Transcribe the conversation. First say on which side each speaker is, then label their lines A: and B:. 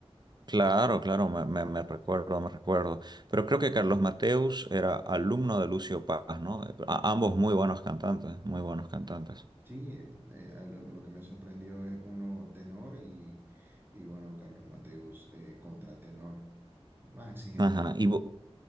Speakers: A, on the right; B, on the right.
A: Claro, claro, me, me- me recuerdo, me recuerdo. Pero creo que Carlos Mateus era alumno de Lucio Paz, ¿no? A- ambos muy buenos cantantes, muy buenos cantantes.
B: Sí, eh, eh, a lo, lo que me sorprendió es uno tenor y, y bueno, Carlos Mateus eh, contratenor, más exigente.
A: Ajá, ¿y vo-